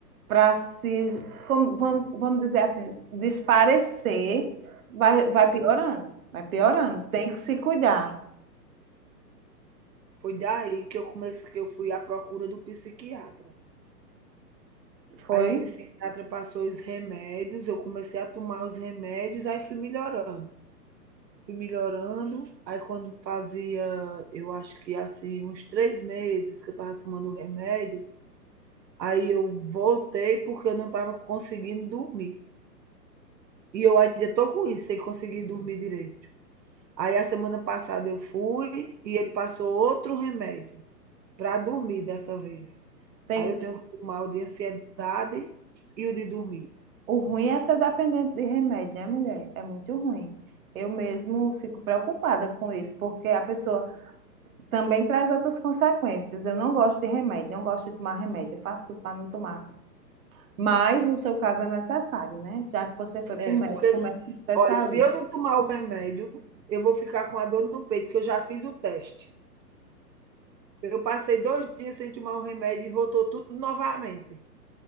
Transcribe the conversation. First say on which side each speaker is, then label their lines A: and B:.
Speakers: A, on the right (about 55°); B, on the right (about 85°).
A: para se, como, vamos, vamos dizer assim, desaparecer, vai, vai piorando, vai piorando. Tem que se cuidar.
B: Foi daí que eu comecei que eu fui à procura do psiquiatra.
A: Foi?
B: Aí o psiquiatra passou os remédios, eu comecei a tomar os remédios, aí fui melhorando. Fui melhorando, aí quando fazia, eu acho que assim, uns 3 meses que eu estava tomando o remédio, aí eu voltei porque eu não estava conseguindo dormir. E eu ainda estou com isso, sem conseguir dormir direito. Aí a semana passada eu fui e ele passou outro remédio. para dormir dessa vez.
A: Tem...
B: Aí eu tenho que tomar o de ansiedade e o de dormir.
A: O ruim é ser dependente de remédio, né, mulher? É muito ruim. Eu mesmo fico preocupada com isso, porque a pessoa também traz outras consequências. Eu não gosto de remédio, não gosto de tomar remédio, eu faço tudo para não tomar. Mas o seu caso é necessário, né? Já que você foi para
B: É,
A: o médico,
B: porque,
A: o médico especialista.
B: olha, se eu não tomar o remédio, eu vou ficar com a dor no peito, que eu já fiz o teste. Eu passei dois dias sem tomar o remédio e voltou tudo novamente.